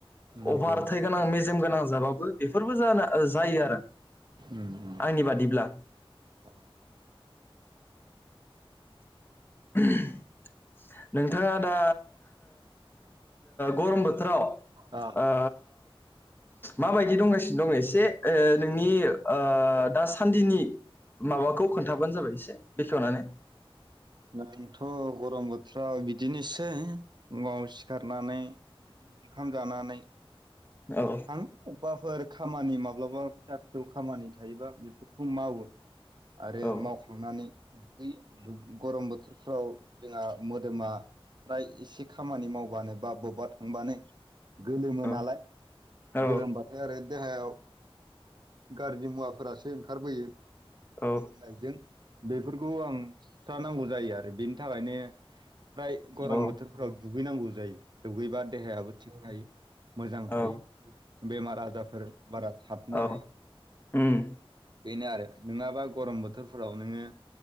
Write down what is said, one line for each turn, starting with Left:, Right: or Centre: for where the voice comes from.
Right: नंगौ
Left: अभार
Right: नों
Left: थै गोनां मेजेमगोनां जाबाबो बेफोरबो जायो आरो
Right: उम उम
Left: आंनि बादिब्ला
Right: अ गरम बोथोराव
Left: नों नोंथाङा दा गरम बोथोराव
Right: अ अ
Left: ओ माबायदि दंगासिनो दङ एसे नोंनि ओ दासान्दिनि माबाखौ खोन्थाबानो जाबाय एसे बेखेवनानै
Right: दानोथ' गरम बोथ ओ बोथोराव बिदिनोसै फुङाव सिखारनानै बिदिनो ओंखाम जानानै
Left: औ
Right: थां अबबाफोर खामानि माब्लाबा फिसा फिसौ खामानि थायोबा बेफोरखौ मावो आरो
Left: औ
Right: मावख्लांनानै दुबै गरम बोथोरफ्राव जोंहा मोदोमा फ्राय एसे खामानि मावबानो बा बबेबा थांबानो गोलोमो
Left: औ
Right: नालाय
Left: औ
Right: गोलोमबाथाय ओरै देहायाव गाज्रि मुवाफोरासो ओंखारबोयो
Left: औ
Right: गोलोमनायजों बेफोरखौ आं सुस्रा नांगौ जायो आरो बेनि थाखायनो प्राय गरम
Left: औ
Right: बोथोरफ्राव दुगैनांगौ जायो दुगैबा देहायाबो थिग जायो मोजां
Left: औ
Right: थायो बेमार आजारफोर बारा साबनो
Left: औ
Right: हाया
Left: उम
Right: बेनो आरो नोङाबा गरम बोथोरफोराव नोङो